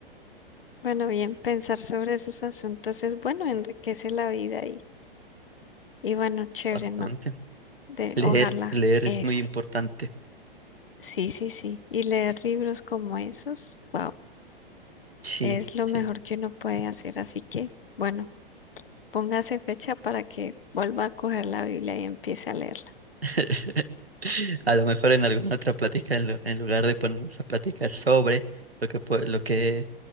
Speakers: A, on the left; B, on the right.
A: Bueno, bien, pensar sobre esos asuntos es bueno, enriquece la vida y, y bueno, chévere,
B: Bastante.
A: ¿no? De,
B: Leer,
A: ojalá
B: leer
A: eso.
B: es muy importante.
A: Sí, sí, sí. Y leer libros como esos, wow,
B: Sí,
A: es lo
B: sí.
A: mejor que uno puede hacer. Así que, bueno, póngase fecha para que vuelva a coger la Biblia y empiece a leerla.
B: <laughs> A lo mejor en alguna otra plática, en, lu- en lugar de ponernos a platicar sobre lo que, pue- lo que